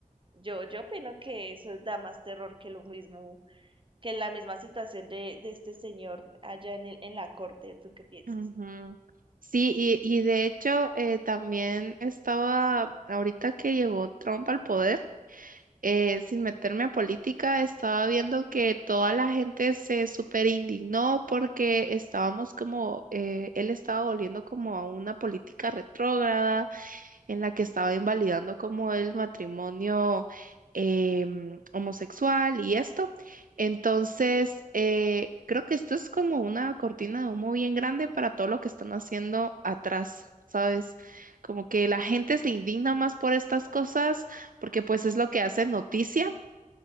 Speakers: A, on the right; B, on the right.
A: Yo, yo opino que eso da más terror que lo mismo, que la misma situación de, de este señor allá en el, en la corte. ¿Tú qué piensas?
B: Ujú. Sí, y, y de hecho eh, también estaba, ahorita que llegó Trump al poder, eh,
A: Sí,
B: sin meterme a política, estaba viendo que toda la gente se súper indignó porque estábamos como, eh, él estaba volviendo como a una política retrógrada en la que estaba invalidando como el matrimonio em, homosexual y esto. Entonces,
A: sí,
B: eh, creo que esto es como una cortina de humo bien grande para todo lo que están haciendo atrás. ¿Sabes? Como que la gente se indigna más por estas cosas porque pues es lo que hace noticia